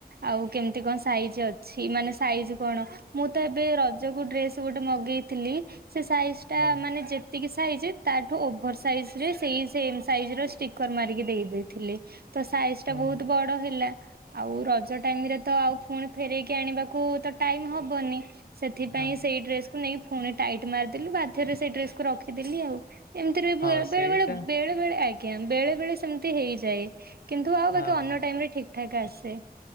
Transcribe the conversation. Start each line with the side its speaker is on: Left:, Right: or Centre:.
Right: ଆଉ କେମିତି କଣ ସାଇଜ ଅଛି ମାନେ ସାଇଜ କଣ ମୁଁ ତ ଏବେ ରଜକୁ ଡ୍ରେସ ଗୋଟେ ମଗେଇଥିଲି ସେ ସାଇଜ୍ ଟା
Left: ହଁ
Right: ମାନେ ଯେ ଯେତିକି ସାଇଜ ତାଠୁ ଓଭର ସାଇଜ ରେ ସେଇ ସେମ ସାଇଜ ର ଷ୍ଟିକର ମାରିକି ଦେଇଦ ଥିଲେ। ତ ସାଇଜ ଟା
Left: ହଁ
Right: ବହୁତ ବଡ ହେଲା। ଆଉ ରଜ ଟାଇମରେ ତ ଆଉ ପୁଣି ଫେରଇକି ଆଣିବାକୁ ତ ଟାଇମ ହବନି। ସେଥିପାଇଁ
Left: ହଁ
Right: ସେଇ ଡ୍ରେସ ନେଇକି ପୁଣି ଟାଇଟ୍ ମାରିଦେଲୁ ବାଧ୍ୟରେ ସେଇ ଡ୍ରେସକୁୁ ରଖିଦେଲି ଆଉ। ଏମିତି ରୁର
Left: ହଁ ସେଇଟା
Right: ବେଳେ ବଳେ ବେଳେ ବେଳେ ଏ। ଆଜ୍ଞା ବେଳେ ବେଳେ ସେମିତି ହେଇଯାଏ। ଯାଇ। କିନ୍ତୁ ଆଉ
Left: ହଁ।
Right: ବାକି ଅନ୍ୟ ଟାଇମ ରେ ଠିକ ଠିକ୍ ଠାକ୍ ଆସେ।